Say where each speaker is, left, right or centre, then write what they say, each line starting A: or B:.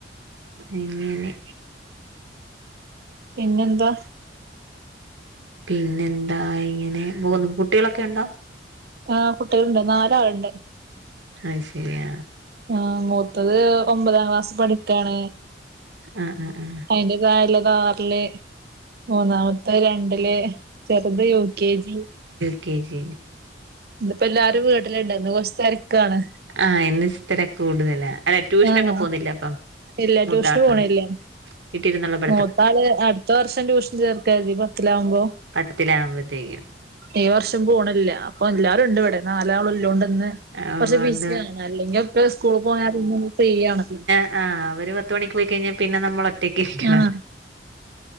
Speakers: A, on the right; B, on the right.
A: എങ്ങനെ
B: പിന്നെന്താ
A: പിന്നെ എന്താ ഇങ്ങനെ പോക്ന്നു കുട്ടികളൊക്കെ ഉണ്ടോ
B: ആഹ് കുട്ടികളുണ്ട് നാല ആളണ്ട്
A: അയ് ശരിയ
B: ആഹ് മൂത്തത് ഒമ്പതാം ക്ലാസ് പഠിക്കയാണ്
A: ആഹ് ആഹ് ആഹ്
B: അയിന്റെ തായലതാ റില് മൂന്നാമത്തെ രണ്ടില് ചെറുത് യുകെ ജി
A: യുകെജി
B: ഇപ്പോ എല്ലാവാരും വീട്ടിലിണ്ട് ന്നിപ്പോ കൊറച്ച് തിരക്കാണ്
A: ആഹ് എന്നിത്ര കൂടുതല അല്ലെ ട്യൂഷനൊക്കെ
B: ആഹ്
A: പോവ് ന്നില്ല അപ്പം
B: ഇല്ല
A: മൂത്താള്
B: ട്യൂഷന് പോണല്ലേ
A: <unintelligible>
B: മൂത്താള് അടുത്ത വർഷം ട്യൂഷൻ ചേർകാര് തി പത്തിലാകുമ്പോ
A: പത്തിലാവകുമ്പോത്തേക്കും
B: ഈ വർഷം പോണില്ല അപ്പൊ എല്ലാരുംണ്ട് വിടെ നാലാളല്ലോണ്ട് ന്ന്
A: അവളോണ്ട്
B: കുറച്ച്ബിസിയ അല്ലെങ്കിൽ സ്കൂൾ പോയാ ൽ പി ന്ന ഫ്രീ ആണല്ലോ
A: അഹ് അവര് പത്ത മണിക്ക് പോയി കഴിഞ്ഞാൽ പിന്നെ നമ്മൾ ഒറ്റക്ക് ഇരിക്കണല്ല
B: ആഹ്